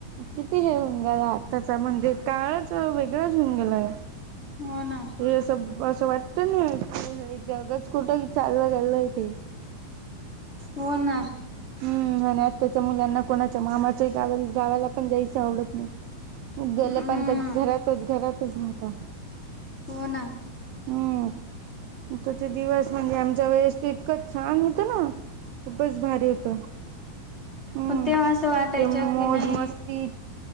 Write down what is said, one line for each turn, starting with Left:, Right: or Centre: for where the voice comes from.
Right: किती हे होऊन गेला आत्ताचा म्हणजे काळच वेगळाच होऊन गेलाय
Left: हो ना
Right: हे सब अससं वाटतं ना जगच कुठं चाललं गेलं आहे ते
Left: हो ना
Right: हम्म आणि आत्ताच्या मुलांना कोणाच्या मामाच्या गावा गावाला पण जायच आवडत नाही गेलं
Left: हम्म.
Right: पण तर घरातच घरातच राहता
Left: होन
Right: हम्म त्याचे दिवस म्हणजे आमच्या वेळेस त इतकंच छान होतं ना खूपच भारी हो हम्म
Left: पण तेव्हा असं वाटायचं
Right: ते मोज
Left: की नाही
Right: मस्ती.